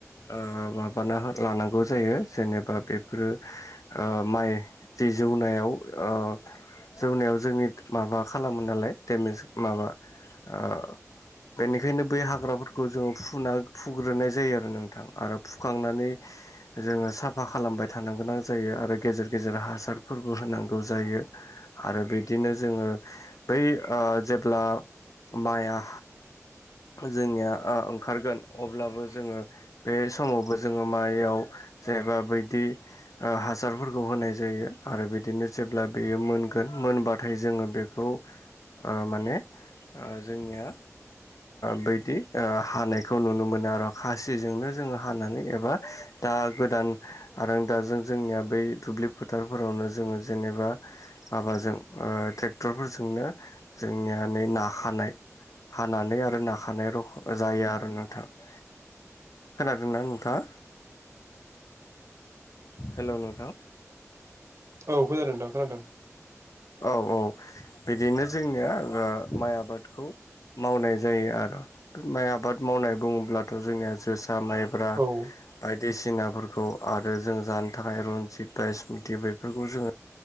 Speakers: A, on the left; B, on the right.
A: ओ-माबाना लानांगौ जायो जेनेबा बेफोर ओ-माइ दै जौनायाव ओ जौनायाव जोंनि माबा खालामो नालाय दडेमेज माबा। ओ बेनिखायनो बै हाग्राफोरखौ जोङो फुना फुग्रोनाय जायो आरो नोंथां आरो फुखांनानै। जोङो साफा खालामबाय थानो गोनां जायो आरो गेजेर गेजेर हासारफोरबो होनांगौ जायो। आरो बिदिनो जोङो बै ओ-जेब्ला माइआ जोंनिया ओ-ओंखारगोन अब्लाबो जोङो। बे समावबो जोङो माइयाव जेनेबा बोयदि। हासारफोरखौ होनाय जायो आरो बिदिनो जेब्ला बेयो मोनगोन मोनबाथाय जोङो बे खौ माने ओ-जोंनिया बोयदि ओ-हानायखौ नुनो मोनो आरो खासिजोंनो जोङो हानानै एबा दा गोदान आरोंदाजों जोंनिया बै दुब्लि फोथारफोरावनो जोङो जेनेबा। माबाजों ओ-ट्रेक्टरफोरजोंनो जोंनिया नै ना हानाय हानानै आरो नाखानाय र जायो आरो नोंथाङा। खोनादोंना नोंथाङा। हेल नोंथां
B: औ खोनादोंदा खोनदों
A: औ औ बिदिनो जोंनिया माइ आबादखौ। मावनाय जायो आरो माइ आबाद मावनाय बुङोब्लाथ जोंनिया जोसा माइब्रा।
B: औ
A: बायदिसिनाफोरखौ आरो जों जानो थाखाय रनजित बायसमुति बेफोरखौ जोङो।